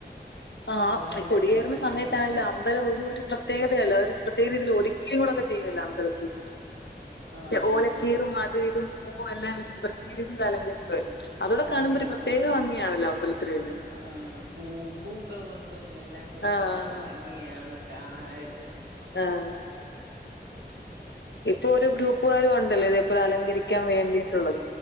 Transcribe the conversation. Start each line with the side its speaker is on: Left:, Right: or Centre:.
Left: ആഹ്
Right: ആളുകളെയെല്ലാം
Left: കൊടിയേറുന്ന
Right: കണ്ട് കണ്ടങ്ങ്
Left: സമയത്ത്
Right: ഇരിക്ക
Left: ആണല്ലോ അമ്പലം ഒരു ഒരു പ്ര പ്രത്യേകതയല്ല ഒരു പ്രത്യേക രീതിയിൽ ഒരിക്കിം കൂടൊക്കെ ചെയ്യല്ല അമ്പലത്തി
Right: ആഹ്
Left: മറ്റേ ഓല കീറും അത് ഇതും പൂവും എല്ലാം വെച്ചിട്ട് പ്രത്യക രീതിയിൽ അലങ്കരിക്കുമല്ലോ അതൂടെ
Right: അലങ്കരിച്ച
Left: കാണുമ്പോരു പ്രത്യേക ഭംഗിയാണല്ലോ അമ്പലത്തിൽന്ന്
Right: ആഹ് പൂ പൂക്കൾ കൊണ്ടും എല്ലാം കൂടി
Left: ആഹ്
Right: കൊണ്ടെന്ന് ഭയ ങ്ങിയാണ് കാണാനായിട്ട്
Left: ആഹ് ഇപ്പൊ ഒരു ഗ്രൂപ്പുകാരും ഉണ്ടല്ലോ ഇതേപ്പോല അലങ്കരിക്കാൻ വേണ്ടിയിട്ടുള്ളത്